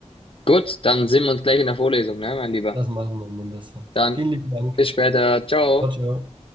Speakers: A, on the left; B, on the right.
A: Gut, dann sehen wir uns gleich in der Vorlesung, ne, mein Lieber.
B: Das machen wir mal besser.
A: Dann
B: Vielen lieben Dank.
A: bis später. Ciao.
B: Ciao, ciao.